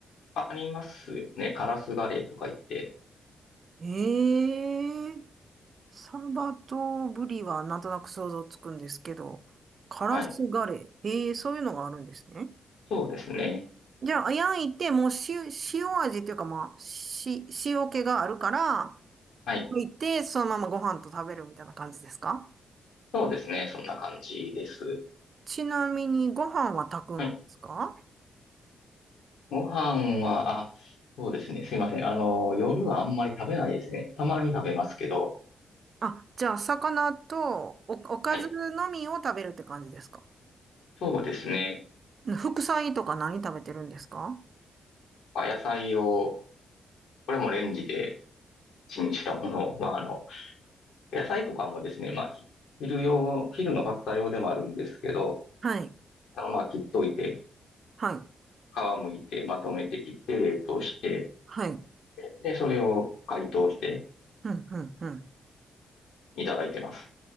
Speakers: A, on the left; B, on the right.
A: あ、ありますよね。カラスガレイとか言って。
B: ええーサバとブリはなんとなく想像つくんですけど、カラスガレー。
A: はい。
B: ええーそういうのがあるんですね。
A: そうですね。
B: じゃあ、焼いて、もう塩、塩味っていうか、まあ、し、塩気があるから、
A: はい。
B: 焼いて、そのままご飯と食べるみたいな感じですか
A: そうですね。そんな感じです。
B: ちなみに、ご飯は炊くんですか
A: はいご飯は、あ、そうですね。すいません。あの、夜はあんまり食べないですね。たまに食べますけど。
B: あ、じゃあ、魚とお、おかずのみを食べるって感じですか
A: はい。そうですね。
B: 副菜とか何食べてるんですか
A: まあ、野菜を、これもレンジでチンしたものを、まあ、あの、野菜とかもですね、まあ、ひ昼用、昼のパスタ用でもあるんですけど、
B: はい、
A: あのまあ、切っといて、
B: はい、
A: 皮むいて、まとめて切って冷凍して、
B: はい。うん、
A: で、それを解凍して
B: うん、うん。
A: いただいてます。